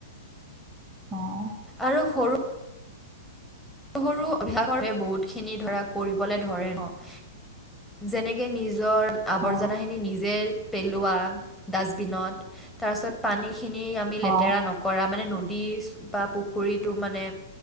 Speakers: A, on the right; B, in the centre.
A: অ'।
B: আৰু সৰু সৰু সৰু‌ অভ্যাসৰ বাবে বহুত খিনি ধৰা কৰিবলৈ ধৰে ন'। যেনেকে নিজৰ আৱৰ্জনাখিনি
A: অ
B: নিজে পেলোৱা ডাষ্টবিনত, তাৰপিছত পানী পানীখিনি লেটেৰা
A: অ
B: নকৰা মানে নদী বা পুখুৰীটো মানে